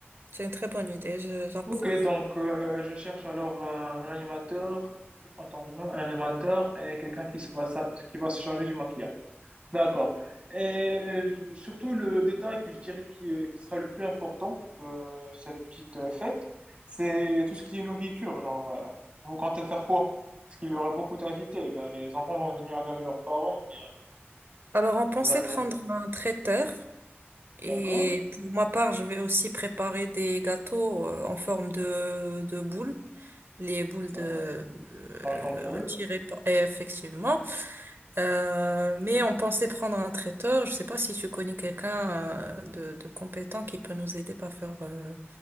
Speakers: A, on the right; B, on the right.
A: C'est une très bonne idée, je- j'approuve.
B: Ok, donc euh, je cherche alors un, un animateur. Attends, je note un animateur et quelqu'un qui se va, sa- qui va se charger du maquillage. D'accord. Et je- surtout, le détail que je dirais qui, est- qui sera le plus important de cette petite euh, fête, c'est tout ce qui est nourriture. Genre, euh, vous comptez faire quoi? Parce qu'il y aura beaucoup d'invités. Eh Ben, les enfants vont venir avec leurs parents ou bien
A: Alors, on pensait
B: les amis.
A: prendre un traiteur et
B: D'accord?
A: pour ma part, je vais aussi préparer des gâteaux euh, en forme de, de boule. les boules
B: D'accord.
A: de euh,
B: Dragon Ball.
A: tirées par- et effectivement. Euh, mais on pensait prendre un traiteur. Je sais pas si tu connais quelqu'un euh, de, de compétent qui peut nous aider par faire euh,